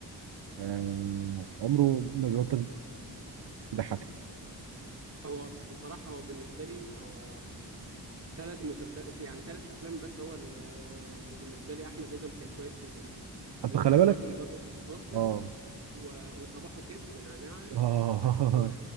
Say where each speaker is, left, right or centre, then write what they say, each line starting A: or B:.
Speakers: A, on the right (about 70°); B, on the right (about 35°).
A: آه... عمره ما بيبطل يضحك
B: هو بصراحة هو بالنسبة لي هو ثلاث مسلسلات يعني ثلاث أفلام بس هو ال- اللي بالنسبة لي أحمد آدم كان كويس فيهم
A: اصل
B: الرجل
A: خلي بالك
B: الأبيض المتوسط
A: اه
B: و- وصباحه كده بنعناع
A: اه
B: و-